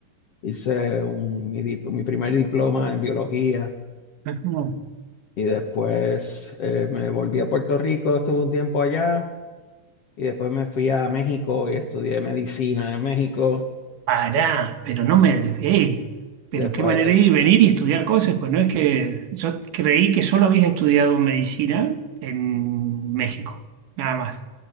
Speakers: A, on the left; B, on the right.
A: hice un- mi, dip- mi primer diploma en biología,
B: Ajá.
A: y después eh, me volví a Puerto Rico, estuve un tiempo allá, y después me fui a México y estudié medicina en México.
B: Pará, pero no me... ¡Ey! Pero
A: Después,
B: qué manera de ir, venir y estudiar cosas, pues no es que... Yo creí que solo habías estudiado medicina en México, nada más.